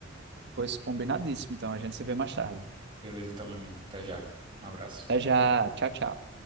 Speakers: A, on the right; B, on the right.
A: Pois combinadíssimo, então a gente se vê mais tarde.
B: Beleza, então, meu amigo. Até já. Um abraço.
A: Até já, tchau, tchau.